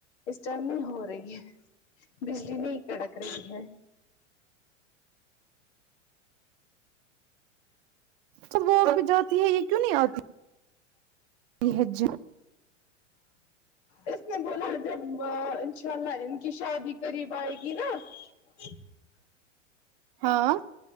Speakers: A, on the left; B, on the right.
A: اس ٹائم نہیں ہو رہی ہے بجلی نہیں کڑک رہی ہے
B: س ب <inaudible> جاتی ہے یہ کیوں نہیں آتی یہ حج
A: اس نے بولا جب ان شاء اللہ کہ شادی کرریب آئے گی نا ج
B: ہاں